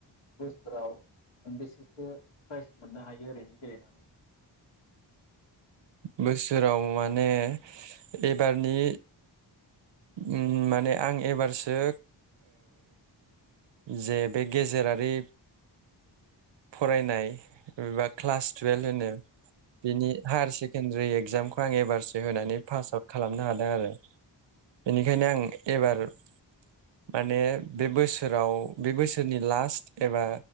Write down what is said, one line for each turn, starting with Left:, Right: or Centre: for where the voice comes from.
Left: बोसोराव मोनबेसेसो प्राइज मोननो हायो ओरैनो गेलेनानै
Right: बोसोराव माने माने एबारनि उम माने आं एबारसो जे बे गेजेरारि फरायनाय एबा क्लास टुवेल्भ होनो बिनि हायार सेकेणडारि एगजामखौ आं एबारसो होनानै पास आउट खालामनो हादों आरो। बेनिखायनो आं एबार माने बे बोसोराव बे बोसोरनि लास्ट एबा